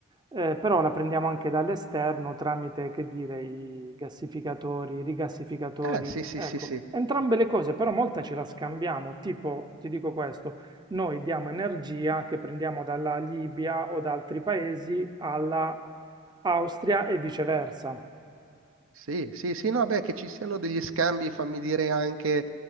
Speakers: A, on the right; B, on the right.
A: eh, però la prendiamo anche dall'esterno tramite, che dire, i gassificatori, i rigassificatori,
B: Eh, sì, sì,
A: ecco,
B: sì, sì.
A: entrambe le cose, però molta ce la scambiamo, tipo, ti dico questo noi diamo energia che prendiamo dalla Libia o da altri paesi alla Austria e viceversa.
B: Sì, sì, sì, no, beh, che ci siano degli scambi, fammi dire, anche